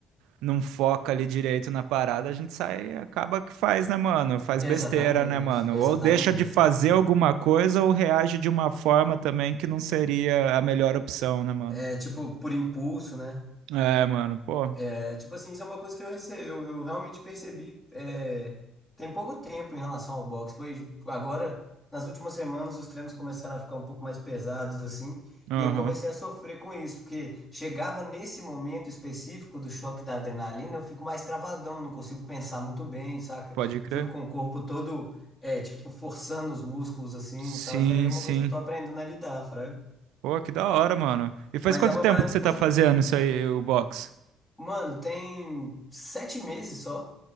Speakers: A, on the right; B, on the left.
A: não foca ali direito na parada, a gente sai, acaba que faz, né, mano? Faz
B: exatamente,
A: besteira, né, mano?
B: exatamente,
A: Ou deixa de fazer
B: exatamente.
A: alguma coisa ou reage de uma forma também que não seria a melhor opção, né, mano?
B: É tipo por impulso, né?
A: É, mano, pô.
B: É, tipo assim, isso é uma coisa que eu, rece... eu, eu realmente percebi é, tem pouco tempo em relação ao boxe. Foi agora, nas últimas semanas, os treinos começaram a ficar um pouco mais pesados, assim,
A: Aham,
B: e eu comecei a sofrer com isso, porque chegava nesse momento específico do choque da adrenalina, eu fico mais travadão, não consigo pensar muito bem, saca?
A: pode crer.
B: Fico com o corpo todo, é, tipo, forçando os músculos, assim,
A: Sim,
B: e tal, e aí é uma
A: sim.
B: coisa que eu tô aprendendo a lidar, fraga.
A: Pô, que da hora, mano. E faz
B: Mas
A: quanto
B: é uma
A: tempo
B: parada
A: que você
B: importante.
A: tá fazendo isso aí, o box?
B: Mano, tem sete meses só.